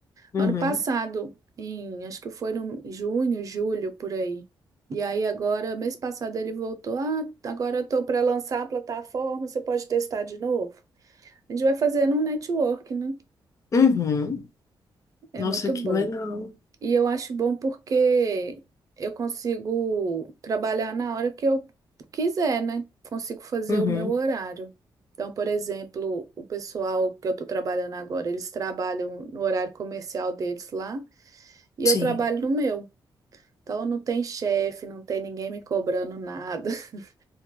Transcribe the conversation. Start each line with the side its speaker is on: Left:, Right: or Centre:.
Left: Uhum.
Right: Ano passado, em, acho que foi em junho, julho, por aí. E aí agora, mês passado ele voltou, ah, agora eu tô para lançar a plataforma, você pode testar de novo. A gente vai fazendo um network, né?
Left: Uhum.
Right: É
Left: Nossa,
Right: muito
Left: que
Right: bom.
Left: legal.
Right: E eu acho bom porque eu consigo trabalhar na hora que eu quiser, né? Consigo fazer
Left: Uhum.
Right: o meu horário. Então, por exemplo, o pessoal que eu estou trabalhando agora, eles trabalham no horário comercial deles lá e
Left: Sim.
Right: eu trabalho no meu. Então, não tem chefe, não tem ninguém me cobrando nada. <laughs>